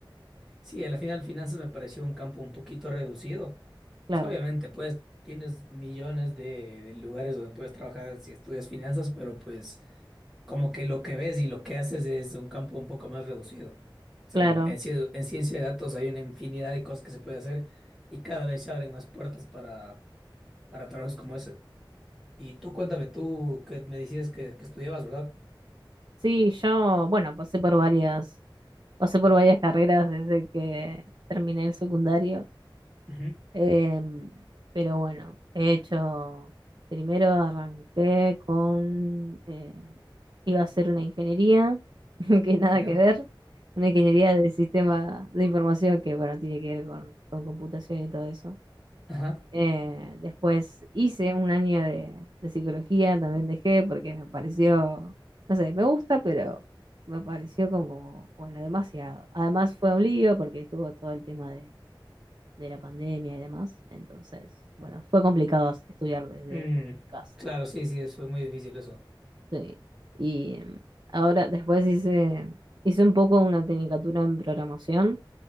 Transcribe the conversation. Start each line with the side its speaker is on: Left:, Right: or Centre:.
Centre: sí, al final finanzas me pareció un campo un poquito reducido.
Right: claro,
Centre: Pues, obviamente, pues tienes millones de, de lugares donde puedes trabajar si estudias finanzas, pero pues... como que lo que ves y lo que haces es un campo un poco más reducido. O
Right: claro.
Centre: sea, en, en ci- en ciencia de datos hay una infinidad de cosas que se puede hacer y cada vez se abren más puertas para, para trabajos como ese. Y tú cuéntame, tú que me decías que, que estudiabas, ¿verdad?
Right: Sí, yo, bueno, pasé por varias Pasé por varias carreras desde que terminé el secundario,
Centre: Ujú,
Right: em, pero bueno, he hecho, primero arranqué con, eh, iba a hacer una ingeniería, <laughs> que nada
Centre: ¿Ya?
Right: que ver, una ingeniería de sistema de información que, bueno, tiene que ver con, con computación y todo eso.
Centre: Ajá.
Right: Eh, después hice un año de, de psicología, también dejé porque me pareció, no sé, me gusta, pero me pareció como, bueno, demasiado. Además fue un lío porque estuvo todo el tema de, de la pandemia y demás. Entonces, bueno, fue complicado as- estudiar desde
Centre: Mm,
Right: casa.
Centre: claro, sí, sí, es- fue muy difícil eso.
Right: Sí. Y em, ahora después hice, hice un poco una tecnicatura en programación